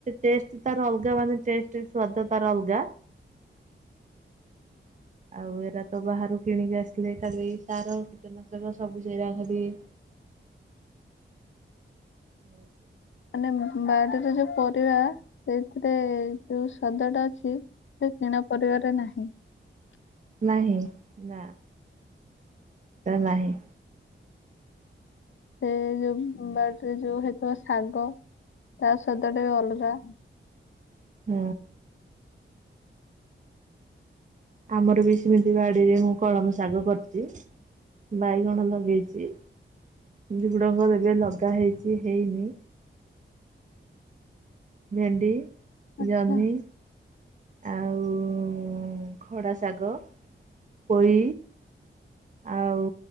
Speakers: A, on the right; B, on the left.
A: ଟେଷ୍ଟ ତାର ଅଲଗା ମାନେ ଟେଷ୍ଟ ସ୍ୱାଦ ତାର ଅଲଗା। ଆଉ ଏରା ତ ବାହାରୁ କିଣିକି ଆସିଲେ ଖାଲି ତାର କୀଟନାଶକ ସବୁ ସେରା ଖାଲି <inaudible> ହୁଁ ଯେ
B: ମାନେ ବାଡିରେ ଯୋଉ ପରିବା ସେଇଥିରେ ଯୋଉ ସ୍ୱାଦଟା ଅଛି ସେ କିଣା ପରିବାରେ ନାହିଁ।
A: ନାହିଁ ନା ତ ନାହିଁ।
B: ସେ ଯୋଉ ବାଡିରେ ଯୋଉ ହେଇଥିବ ଶାଗ ତା ସହିତ ଟିକେ ଅଲଗା
A: ହଁ। ଆମର ବି ସେମିତି ବାଡିରେ ମୁଁ କଳମ ଶାଗ କରିଛି। ବାଇଗଣ ଲଗେଇଛି। ତି ଗୁଡ଼ଙ୍କର ଏବେ ଲଗା ହେଇଛି ହେଇନି। ଭେଣ୍ଡି
B: ଆଚ୍ଛା
A: ଜହ୍ନି ଆଉ ଖଡ଼ା ଶାଗ ପୋଇ ଆଉ